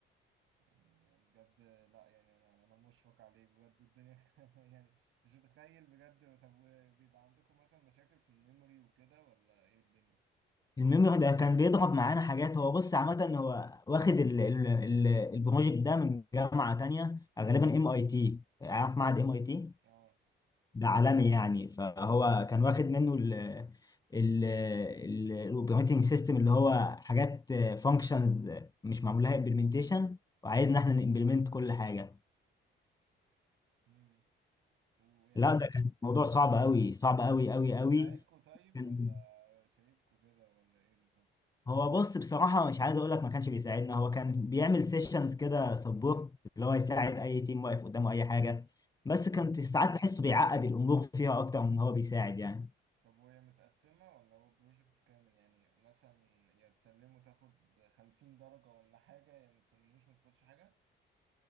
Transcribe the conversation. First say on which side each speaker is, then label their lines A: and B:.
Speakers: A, on the right; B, on the left.
A: يعني بجد لا يعني انا انا مشفق عليك بجد الدنيا <laughs> يعني مش متخيل بجد طب بيبقى عندكم مثلا مشاكل في الميموري وكده ولا ايه الدنيا
B: الميموري ده كان بيضرب معانا حاجات هو بص عامه هو واخد ال ال ال البروجكت ده من جامعه تانية غالبا ام اي تي عارف معهد ام اي تي
A: اه
B: ده عالمي يعني فهو كان واخد منه ال ال الاوبريتنج سيستم اللي هو حاجات فانكشنز مش معمول لها امبلمنتيشن وعايزنا احنا نمبلمنت كل حاجه
A: امم ويعني
B: لا ده كان موضوع صعب قوي صعب قوي قوي
A: بيساعدكوا
B: قوي
A: طيب
B: كان
A: ولا سايبكوا كده ولا ايه بالظبط
B: هو بص بصراحة مش عايز اقول لك ما كانش بيساعدنا هو كان بيعمل سيشنز كده سبورت اللي هو يساعد اي تيم واقف قدامه اي حاجة بس
A: مم.
B: كنت ساعات بحسه بيعقد الامور فيها اكتر من هو بيساعد يعني
A: طب وهي متقسمة ولا هو بروجكت كامل يعني مثلا يا تسلمه تاخد خمسين درجة ولا حاجة يا متسلموش متاخدش حاجة